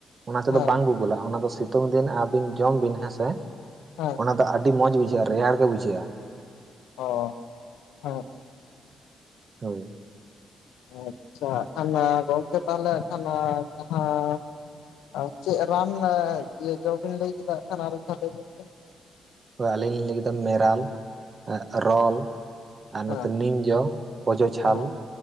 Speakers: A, on the right; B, on the left.
A: ᱚᱱᱟ ᱛᱮᱫᱚ
B: ᱦᱮᱸ
A: ᱵᱟᱝ ᱵᱩᱵᱩᱞᱟ ᱚᱱᱟ ᱫᱚ ᱥᱤ ᱛᱩᱝ ᱫᱤᱱ ᱟᱵᱤᱱ ᱡᱚᱢ ᱵᱤᱱ ᱦᱮᱸᱥᱮ
B: ᱦᱮᱸ
A: ᱚᱱᱟ ᱫᱚ ᱟᱰᱤ ᱢᱚᱡᱽ ᱵᱩᱡᱷᱟᱹᱜ-ᱟ ᱨᱮᱭᱟᱲ ᱜᱮ ᱵᱩᱡᱷᱟᱹᱜ-ᱟ᱾
B: ᱚ ᱦᱮᱸ
A: ᱦᱳᱭ
B: ᱟᱪᱪᱷᱟ ᱠᱷᱟᱱ ᱟ ᱜᱚᱝᱠᱮ ᱛᱟᱦᱚᱞᱮ ᱠᱷᱟᱱ ᱟ ᱡᱟᱦᱟᱸ ᱟᱨ ᱪᱮᱜ ᱨᱟᱱ ᱤᱭᱟᱹ ᱡᱚ ᱵᱤᱱ ᱞᱟᱹᱭ ᱠᱮᱫᱟ ᱟᱜ ᱠᱷᱟᱱ ᱟᱨ ᱢᱤᱫ ᱫᱷᱟᱣ ᱞᱟᱹᱭ ᱵᱤᱱ ᱥᱮ
A: ᱟᱹᱞᱤᱧ ᱞᱤᱧ ᱞᱮᱭ ᱠᱮᱫᱟ ᱢᱮᱨᱟᱞ ᱟᱜ ᱨᱚᱞ ᱟᱨ
B: ᱦᱮᱸ
A: ᱱᱚᱛᱮ ᱱᱤᱢ ᱡᱚ, ᱯᱚᱡᱚ ᱪᱷᱟᱞ,
B: ᱦᱮᱸ